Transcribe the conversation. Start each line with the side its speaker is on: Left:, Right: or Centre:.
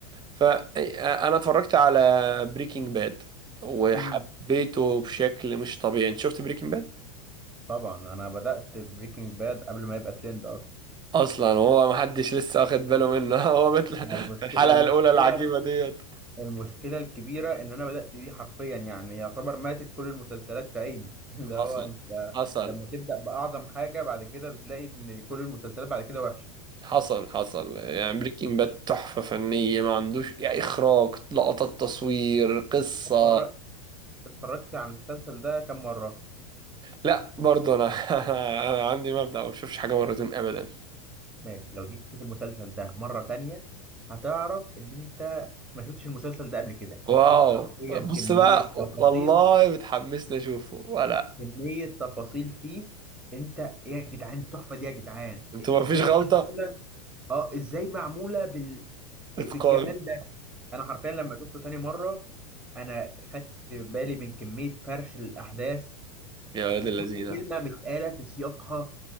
Right: فانا اتفرجت على بريكنج باد وحبيته
Centre: امم
Right: بشكل مش طبيعي انت شفت بريكنج باد
Centre: طبعا انا بدات بريكنج باد قبل ما يبقى ترند اصلا
Right: اصلا هو محدش لسه واخد باله منه <laughs> هو مثل
Centre: والمشك...
Right: الحلقة
Centre: والمشكله
Right: الاولى العجيبة ديت
Centre: المشكلة الكبيرة إن أنا بدأت بيه حرفيا يعني يعتبر ماتت كل المسلسلات في عيني <laughs> اللي
Right: حصل
Centre: هو أنت
Right: حصل
Centre: لما تبدأ بأعظم حاجة بعد كده بتلاقي إن كل المسلسلات بعد كده وحشة
Right: حصل حصل يعني بريكنج باد تحفة فنية ما عندوش يعني إخراج لقطات تصوير قصة
Centre: اتفرج- اتفرجت على المسلسل ده كم مرة
Right: لا برضه أنا <laughs> أنا عندي مبدأ ما بشوفش حاجة مرتين أبدا
Centre: ماشي لو جيت تشوف المسلسل ده مرة تانية هتعرف إن أنت ما شفتش المسلسل ده قبل كده هتشوف
Right: واو
Centre: حرفيا
Right: بص
Centre: كمية
Right: بقى
Centre: تفاصيل
Right: والله بتحمسني أشوفه ولا
Centre: كمية تفاصيل فيه أنت يا جدعان التحفة دي يا جدعان
Right: أنتوا ما
Centre: إزاي
Right: فيش غلطة
Centre: معمولة؟ اه ازاي معموله بال... ب-
Right: اتقان
Centre: بالجمال ده انا حرفيا لما شفته تاني مره انا خدت بالي من كميه فرش الاحداث
Right: يا ولاد
Centre: وكل
Right: اللذينه
Centre: كلمه متقاله في سياقها